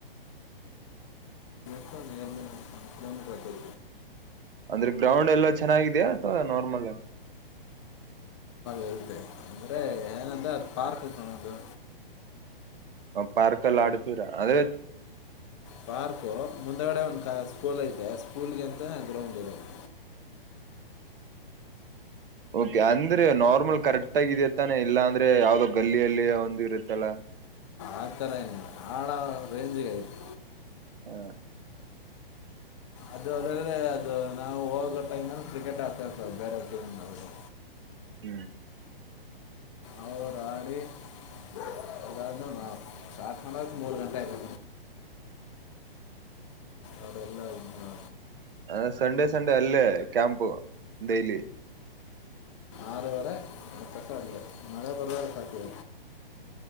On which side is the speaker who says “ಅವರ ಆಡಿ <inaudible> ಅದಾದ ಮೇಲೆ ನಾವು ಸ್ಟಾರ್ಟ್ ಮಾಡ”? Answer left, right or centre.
Left